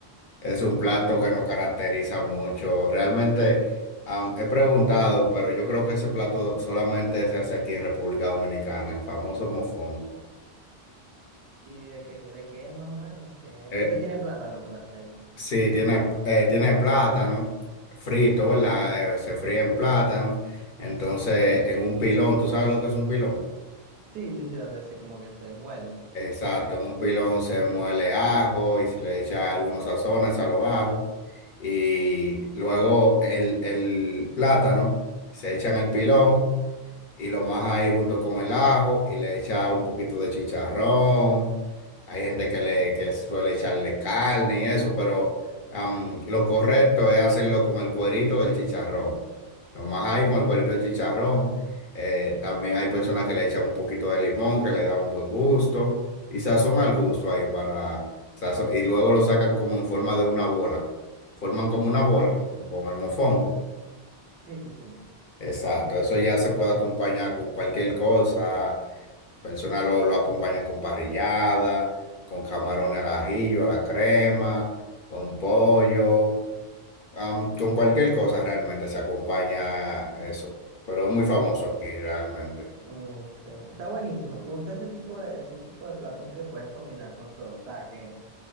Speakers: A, on the left; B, on the right.
A: es un plato que nos caracteriza mucho. Realmente aun- he preguntado, pero yo creo que ese plato solamente se hace aquí en República Dominicana, el famoso mofongo.
B: ¿Y de qué, de qué es más o menos? Que...
A: Eh,
B: Sé que tiene plátano, pero hasta ahí.
A: Sí, tiene, eh, tiene plátano frito, ¿verdad? Eh, se fríe en plátano. Entonces, en un pilón, ¿tú sabes lo que es un pilón?
B: Sí, sí, sí, donde se como que se muele.
A: Exacto, en un pilón se muele ajo y se le echa algunos sazones a los ajos. Y luego el, el plátano se echa en el pilón y lo maja ahí junto con el ajo y le echa un poquito de chicharrón. Hay gente que le que suele echarle carne y eso, pero am, lo correcto es hacerlo con el cuerito del chicharrón. Lo más ahí con el cuerito del chicharrón. Eh, también hay personas que le echan un poquito de limón que le da un buen gusto y sazón al gusto ahí para sazo- y luego lo sacan como en forma de una bola. Forman como una bola
B: Oh,
A: con el mofongo.
B: sí, sí, sí.
A: Exacto, eso ya se puede acompañar con cualquier cosa. Personas lo, lo acompañan con parrillada, con camarones al ajillo, a la crema, con pollo, am, con cualquier cosa realmente se acompaña eso. Pero es muy famoso aquí realmente.
B: Ok. Está buenísimo. Me gusta ese tipo de, ese tipo de platos que puedes combinar con todo. O sea, que